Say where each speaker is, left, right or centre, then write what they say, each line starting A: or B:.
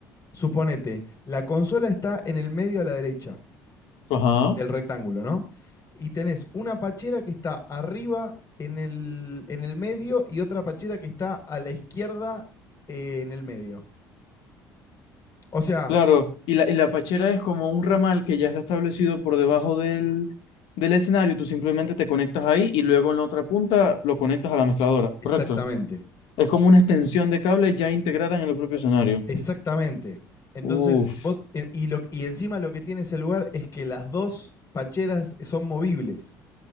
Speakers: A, on the left; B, on the left.
A: suponete, la consola está en el medio a la derecha
B: Ajá.
A: del rectángulo, ¿no? Y tenés una pachera que está arriba en el, en el medio y otra pachera que está a la izquierda eh, en el medio. O sea,
B: Claro. Y la, y la pachera es como un ramal que ya está establecido por debajo del, del escenario y tú simplemente te conectas ahí y luego en la otra punta lo conectas a la mezcladora,
A: exactamente,
B: ¿correcto? Es como una extensión de cable ya integrada en el propio escenario.
A: exactamente. Entonces,
B: Uf.
A: vos, e- y, lo, y encima lo que tiene ese lugar es que las dos pacheras son movibles.